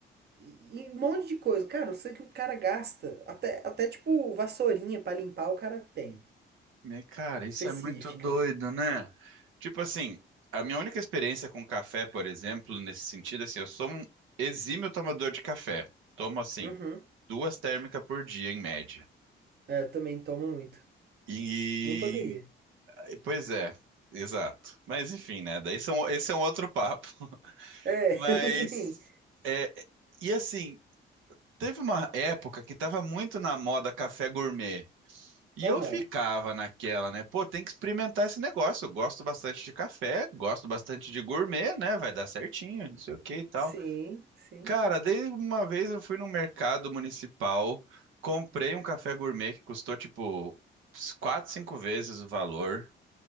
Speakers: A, on the right; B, on the right.
A: E, e um monte de coisa. Cara, eu sei que o cara gasta. Até, até tipo, vassourinha pra limpar o cara tem.
B: Me- Cara, isso
A: Específica.
B: é muito doido, né? Tipo assim, a minha única experiência com café, por exemplo, nesse sentido, assim, eu sou um exímio tomador de café. Tomo, assim,
A: Uhum.
B: duas térmicas por dia, em média.
A: É, eu também tomo muito.
B: E,
A: Nem poderia.
B: pois é, exato. Mas enfim, né? Daí são, esse é um outro papo.
A: É,
B: Mas,
A: <laughs> sim.
B: é, e assim, Teve uma época que tava muito na moda café gourmet. E
A: Aham.
B: eu ficava naquela, né? Pô, tem que experimentar esse negócio. Eu gosto bastante de café, gosto bastante de gourmet, né? Vai dar certinho, não sei o que e tal.
A: Sim, sim,
B: Cara, desde uma vez eu fui num mercado municipal, comprei um café gourmet que custou tipo quatro, cinco vezes o valor.